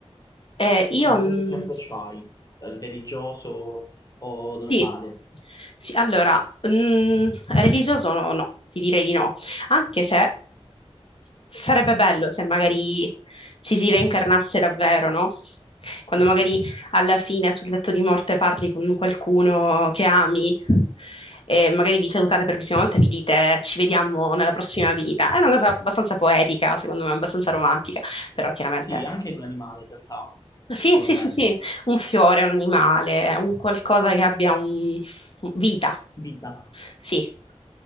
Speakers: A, on the left; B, on the left.
A: Eh, io
B: Cioè, non
A: mh,
B: so tu che approccio hai, eh, religioso o
A: Sì,
B: normale.
A: sì, allora, mm, religioso no, no, ti direi di no, anche se sarebbe bello se magari ci si reincarnasse davvero, no? Quando magari alla fine sul letto di morte parli con qualcuno che ami e magari vi salutate per l'ultima volta e vi dite ci vediamo nella prossima vita. È una cosa abbastanza poetica, secondo me, abbastanza romantica, però chiaramente...
B: Sì, anche in un animale in realtà,
A: Sì,
B: secondo
A: sì,
B: me.
A: sì, sì, un fiore, un animale, un qualcosa che abbia un... vita.
B: Vita.
A: Sì,